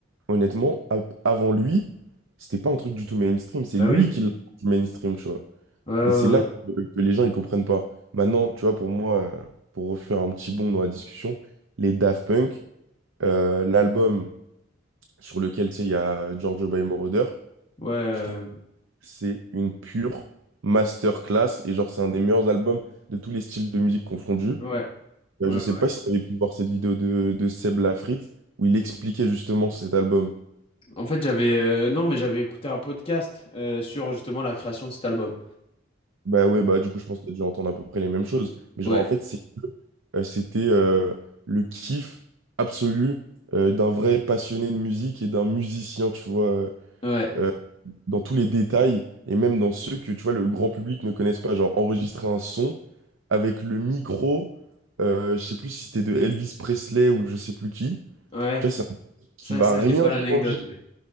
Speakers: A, on the right (about 85°); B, on the left (about 30°).
A: honnêtement, a- avant lui, c'était pas un truc du tout mainstream, c'est
B: bah
A: lui
B: oui.
A: qui l'a rendu mainstream, tu vois.
B: Ouais,
A: Et c'est là que, euh, que les gens, ils comprennent pas. Maintenant, tu vois, pour moi, euh, pour refaire un petit bond dans la discussion, les Daft Punk, euh, l'album sur lequel, tu sais, il y a Giorgio by Moroder,
B: ouais,
A: je trouve que
B: ouais.
A: c'est une pure masterclass et genre c'est un des meilleurs albums de tous les styles de musique confondus.
B: Ouais,
A: Euh,
B: euh,
A: je
B: ouais, ouais,
A: sais pas si tu avais pu voir cette vidéo de, de Seb Lafrite où il expliquait justement cet album.
B: En fait, j'avais euh, non, mais j'avais écouté un podcast euh, sur justement la création de cet album.
A: Bah ouais, bah du coup je pense que tu as dû entendre à peu près les mêmes choses. Mais genre
B: Ouais,
A: en fait c'est que euh, c'était euh, le kiff absolu euh, d'un vrai passionné de musique et d'un musicien, tu vois, euh,
B: ouais,
A: euh, dans tous les détails et même dans ceux que tu vois le grand public ne connaisse pas, genre enregistrer un son avec le micro, euh, je sais plus si c'était de Elvis Presley ou je sais plus qui.
B: ouais.
A: Tu vois, c'est un truc qui
B: Ça,
A: va
B: ça,
A: rien
B: j'ai pas l'anecdote,
A: changer.
B: mais.